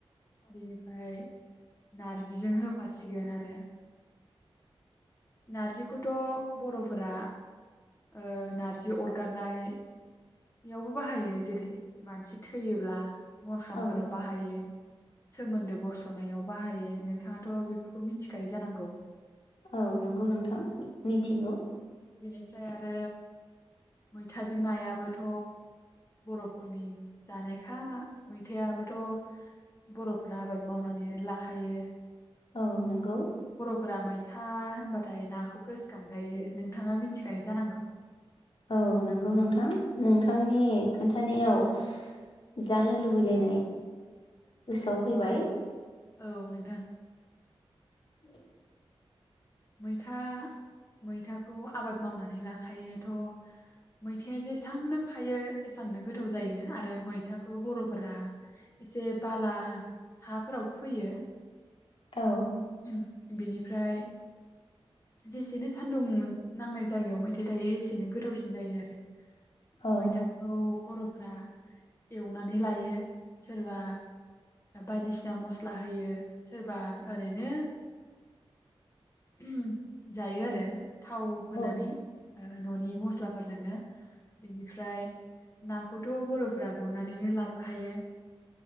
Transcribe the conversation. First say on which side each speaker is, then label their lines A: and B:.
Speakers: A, on the left (about 30°); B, on the left (about 60°).
A: बेनिफाय नारजिजों होफासिगोन आरो नारजि खौथ बर'फोरा ओ नारजि अरगारनाय यावबो बाहायो जेरै मानसि थैयोब्ला। मर खामफोराव
B: औ
A: बाहायो। सोमोन्दो बसनायाव बाहायो नोंथाङाथ बेफोरखौ मिन्थिखायो जानांगौ।
B: औ नंगौ नोंथां मिथिगौ।
A: बेनिफ्राय आरो मैथाजों नायाबोथ बर'फोरनि जानायखा मैथायाबोथ बरफ्रा आबाद मावनानैनो लाखायो।
B: औ नंगौ।
A: फोरा मैथा होनबाथाय नाखौ गोसखांखायो नों थाङा मिन्थिखायो जानांगौ
B: औ नंगौ नोंथां नोंथां नि खोन्थानायाव जानो लुबैलायनाय गोसोआव फैबाय।
A: औ नोंथां
B: <inaudible>
A: मैथा मैथाखौ आबाद मावनानै लाखायोथ' मैथाया जेसांनो खायो एसांनो गोथाव जायो आरो मैथाखौ बर'फोरा एसे बाला हाफोराव फोयो
B: औ
A: ओम बिनिफ्राय जेसेनो सान्दुं नांनाय जायगायाव मैथाया थायो एसेनो गोथावसिन जायो आरो
B: औ
A: मैथाखौ बर' फोरा एवनानै लायो सोरबा बायदिसिना मस्ला होयो सोरबा ओरैनो <unintelligible> जायो आरो थाव होनानै
B: औ
A: ओ न'नि मस्लाफोरजोंनो बेनिफ्राय नाखौथ' बर'फोरा गुरनानैनो लाबोखायो